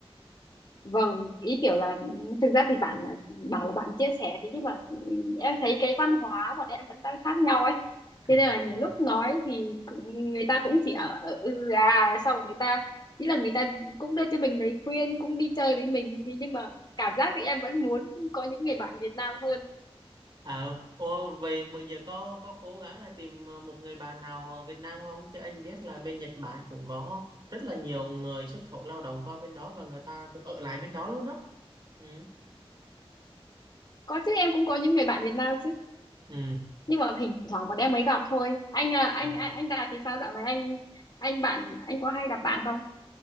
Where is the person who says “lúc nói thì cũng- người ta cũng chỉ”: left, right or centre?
Left